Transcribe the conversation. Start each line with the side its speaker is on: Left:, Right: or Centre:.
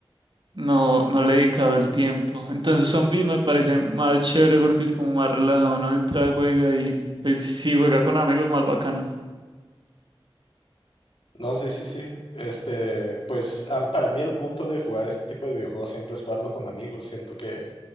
Right: no, no le he dedicado el tiempo. Entonces Zombies me parece más chévere porque es como más relajado, uno entra, juega y pues si juega con amigos más bacano.
Left: No, sí, sí, sí. Este, pues ah, para mí el punto de jugar este tipo de videojuegos siempre es jugarlo con amigos. Siento que